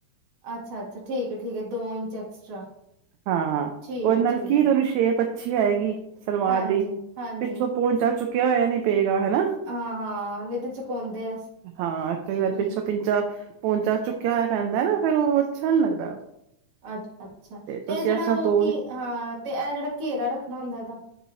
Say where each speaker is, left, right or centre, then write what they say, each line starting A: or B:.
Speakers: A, on the right; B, on the right.
A: ਅੱਛਾ ਅੱਛਾ ਠੀਕ ਹੈ ਠੀਕ ਹੈ ਦੋ ਇੰਚ ਐਕਸਟਰਾ।
B: ਹਾਂ
A: ਠੀਕ
B: ਉਹ
A: ਹੈ-ਠੀਕ
B: ਨਲਕੀ
A: ਹੈ
B: ਤੋਵੀ ਸ਼ੇਪ ਅੱਛੀ ਆਏਗੀ ਸਲਵਾਰ
A: ਹਾਂਜੀ-ਹਾਂਜੀ
B: ਦੀ ਪਿੱਛੋਂ ਪੌਂਚਾਂ ਚੁੱਕਿਆ ਹੋਇਆ ਨੀ ਪਏਗਾ ਹਨਾ,
A: ਹਾਂ-ਹਾਂ ਨਹੀਂ ਤੇ ਚੁਕਾਉਂਦੇ ਆ
B: ਹਾਂ ਕਈ ਵਾਰ
A: ਹੂੰ-ਹੂੰ
B: ਪਿੱਛੋਂ ਪਿੰਚਾ ਪੌਂਚਾਂ ਚੁੱਕਿਆ ਹੋਇਆ ਪੈਣ ਨਾ ਫੇਿਰ ਔ ਅੱਛਾ ਨੀ ਲੱਗਦਾ।
A: ਅੱਛਾ-ਅੱਛਾ ਤੇ
B: ਤੁਸੀਂ
A: ਇਹ ਜਿਹੜਾ
B: ਇਸ ਤਰ੍ਹਾਂ
A: ਉਹ
B: ਦੋ
A: ਕੀ ਹਾਂ ਤੇ ਇਹ ਜਿਹੜਾ ਘੇਰਾ ਰੱਖਣਾ ਹੁੰਦਾ ਇਹਦਾ।